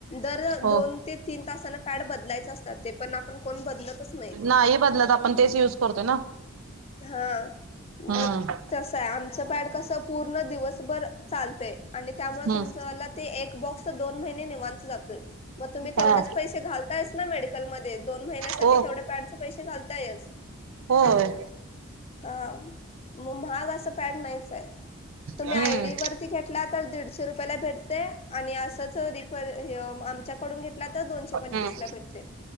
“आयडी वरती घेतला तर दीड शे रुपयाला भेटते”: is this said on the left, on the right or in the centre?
Left